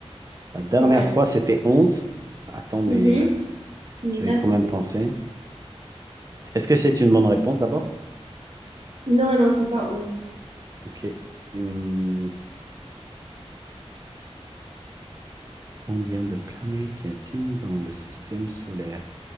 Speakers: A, on the right; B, on the right.
A: La dernière
B: Ouais.
A: fois, c'était 11. Attends, mais
B: Mhm. Mais
A: je
B: là,
A: vais quand même
B: c'est.
A: penser. Est-ce que c'est une bonne réponse d'abord?
B: Non, non, c'est pas onze
A: Ok. Hmm, Combien de planètes y a-t-il dans le système solaire?